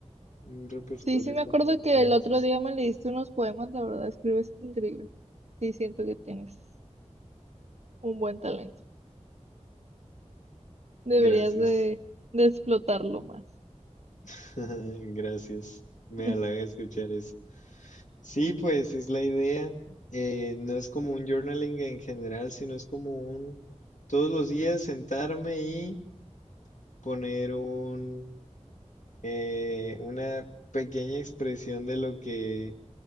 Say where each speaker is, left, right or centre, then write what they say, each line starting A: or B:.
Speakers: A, on the left; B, on the right.
A: un repertorio
B: Sí, sí, me acuerdo
A: como de poemas
B: que el otro
A: escritos.
B: día me leíste unos poemas, la verdad, escribes increíble. Sí, siento que tienes un buen talento. Deberías
A: Gracias,
B: de, de explotarlo más.
A: <laughs> gracias. Me
B: <laughs>
A: halaga escuchar eso. Sí, pues es la idea. eh, no es como un journaling en general, sino es como un todos los días sentarme y poner un eh, una pequeña expresión de lo que